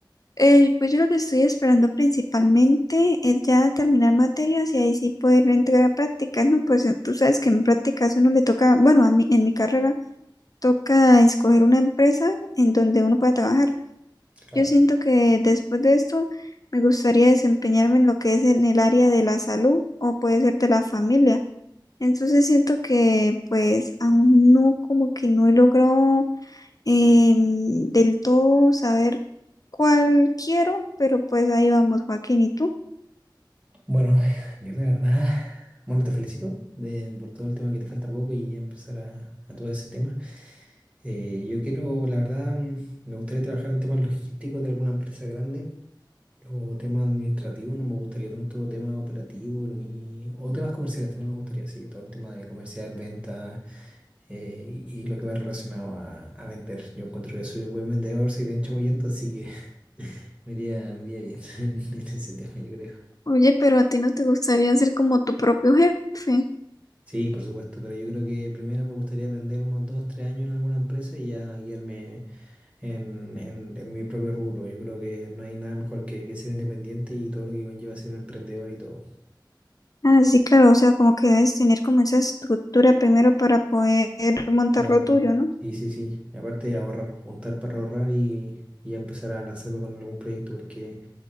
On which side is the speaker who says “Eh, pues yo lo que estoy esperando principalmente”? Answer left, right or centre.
Left